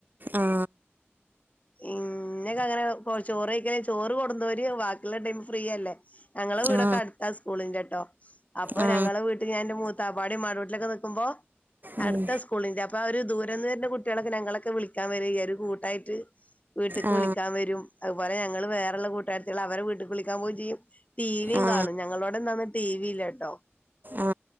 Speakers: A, on the right; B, on the left.
A: ആ
B: ഇന്നേ ഒക്കെ അങ്ങനെ <unintelligible> ചോറ് കൊടുന്നോർ വാക്കിള്ളെ ടൈം ഫ്രീ അല്ലേ ഞങ്ങളെ വീടൊക്കെ
A: ആ
B: അടുത്ത സ്കൂളിന്റെട്ടോ അപ്പൊ
A: ആ
B: ഞങ്ങളെ വീട്ട് ഞാൻ ന്റെ മൂത്താപ്പാടി മ്മാന്റെ കുടീലൊക്കെ ക്കുമ്പോ
A: ഉം
B: അടുത്ത സ്കൂളിന്റെ അപ്പൊ ദൂരന്ന് വരുന്ന കുട്ട്യോളൊക്കെ ഞങ്ങളൊക്കെ വിളിക്കാൻ വരും ഒരു കൂട്ടായിട്ട് വീട്ടേക്ക്
A: ആ
B: വിളിക്കാൻ വരും. അതുപോലെ ഞങ്ങള് വേറെള്ള കൂട്ടാരത്യാളെ അവരെ വീട്ട്ക്ക് വിളിക്കാൻ പോകും ചെയ്യും ടിവിയും
A: ആ
B: കാണും ഞങ്ങളോടെന്താന്ന് ടി വി ഇല്ല ട്ടൊ
A: ആ